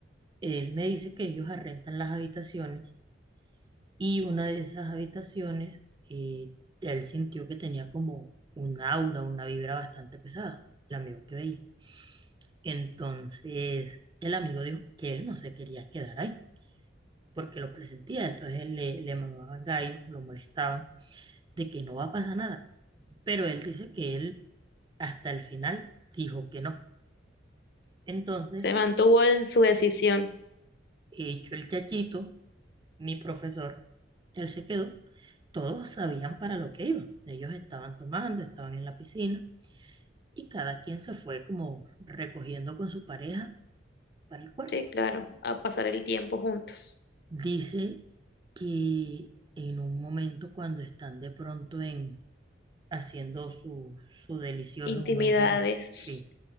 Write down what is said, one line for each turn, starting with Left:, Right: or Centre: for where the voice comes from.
Right: Él me dice que ellos arrendan las habitaciones y una de esas habitaciones, eh, él sintió que tenía como un aura, una vibra bastante pesada, el amigo que veía. Entonces, el amigo dijo que él no se quería quedar ahí porque lo presentía, entonces él le, le mamaban gallo, lo molestaban, de que no va a pasar nada. Pero él dice que él hasta el final dijo que no. Entonces,
Left: Se mantuvo en su decisión.
Right: hecho el chachito, mi profesor, él se quedó, todos sabían para lo que iban. Ellos estaban tomando, estaban en la piscina y cada quien se fue como recogiendo con su pareja para el cuarto.
Left: Sí, claro, a pasar el tiempo juntos.
Right: Dice que en un momento cuando están de pronto en, haciendo su, su delicioso,
Left: Intimidades,
Right: como dice uno. Sí.